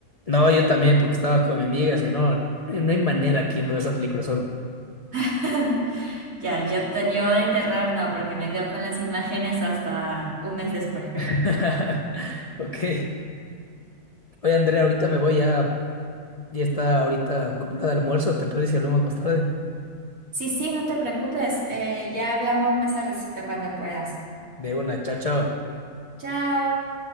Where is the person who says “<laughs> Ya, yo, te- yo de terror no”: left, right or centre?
Right